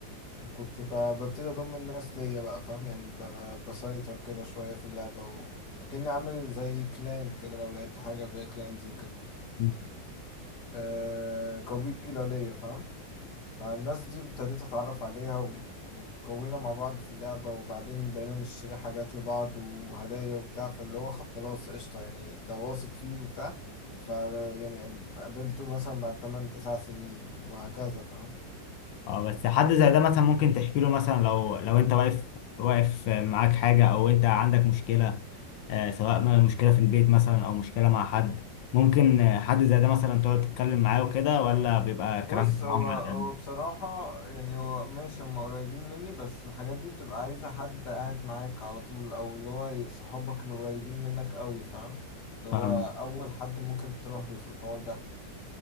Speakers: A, on the left; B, on the left.
A: وكنت ب- ببتدي اضم الناس ليا بقى فاهم يعني ب- بسيطر كده شويه في اللعبه وكأني عامل زي كلان كده لو لعبت حاجه فيها كلانز وكده
B: اه
A: آه قبيله ليا فاهم فالناس دي ابتديت اتعرف عليها و- وكونا مع بعض في اللعبة وبعدين بقينا نشتري حاجات لبعض وهدايا وبتاع فاللي هو خلاص قشطة يعني انت واثق فيه وبتاع ف يعني قابلته مثلا بعد 8 9 سنين وهكذا فاهم
B: اه بس حد زي ده مثلا ممكن تحكي له مثلا لو لو انت واقف واقف معاك حاجة او انت عندك مشكلة آه، سواء ما مشكلة في البيت مثلا او مشكلة مع حد ممكن آه، حد زي ده مثلا تقعد تتكلم معاه وكده ولا بيبقى
A: بص
B: كلامك معاهم
A: هو هو
B: على القلب
A: بصراحة يعني هو ماشي هم قريبين مني بس الحاجات دي بتبقى عايزة حد قاعد معاك على طول أو اللي هو صحابك اللي قريبين منك قوي فاهم اللي
B: فاهمك
A: هو أول حد ممكن تروح له في الحوار ده